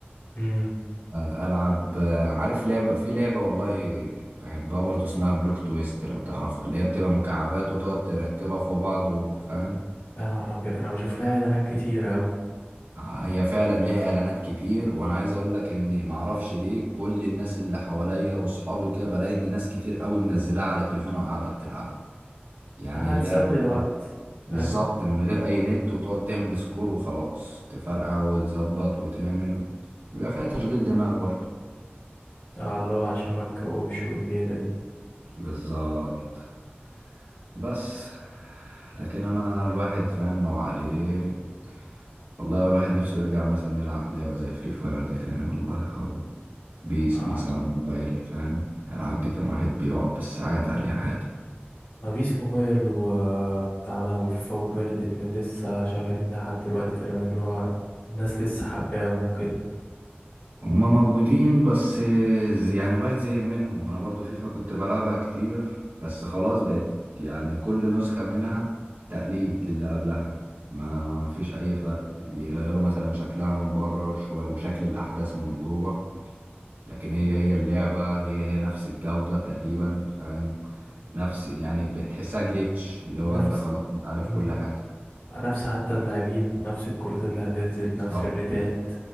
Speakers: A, on the left; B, on the right.
A: امم
B: آه، ألعب آه، عارف لعبة في لعبة والله بحبها برضه اسمها بلوك تويست لو تعرفها اللي هي بتبقى مكعبات وتقعد تركبها في بعض وفاهم
A: يا نهار ابيض انا بشوف لها اعلانات كتيره قوي
B: آه، هي فعلا ليها إعلانات كتير وأنا عايز أقولك إن معرفش ليه كل الناس اللي حواليا وصحابي وكده بلاقي إن ناس كتير أوي منزلاها على تليفونها وقاعدة بتلعبها يعني
A: هتسلي
B: هي لعبة
A: الوقت فاهم
B: بالظبط من غير اي نت وتقعد تعمل سكور وخلاص تفرقع وتظبط وتعمل و... بيبقى فيها تشغيل دماغ برضه
A: اه اللي هو عشان ما تكومش والليله دي
B: بالظبط بس لكن انا الواحد فاهم لو عليه والله هو الواحد نفسه يرجع مثلا يلعب لعبة زي فري فاير دي تاني والله او بيس
A: اه
B: مثلا موبايل فاهم الالعاب دي كان واحد بيقعد بالساعات عليها عادي
A: ما فيش موبايل وبتاع ده وفيفا موبايل الاتنين لسه شغالين لحد دلوقتي تقريبا اللي هو الناس لسه حباهم وكده
B: هما موجودين بس ز- يعني الواحد زهق منهم انا برضو فيفا كنت بلعبها كتير بس خلاص بقت يعني كل نسخة منها تقليد للي قبلها ما ما فيش اي فرق بيغيروا مثلا شكلها من بره وشو- وشكل الاحداث من جوه لكن هي هي اللعبة هي هي نفس الجودة تقريبا فاهم نفس يعني بتحسها جليتش اللي هو
A: نفس
B: انت خلاص انت عارف
A: مم.
B: كل حاجة
A: نفس حتى اللاعبين نفس الكروت اللي هتنزل نفس
B: بالظبط
A: الريتات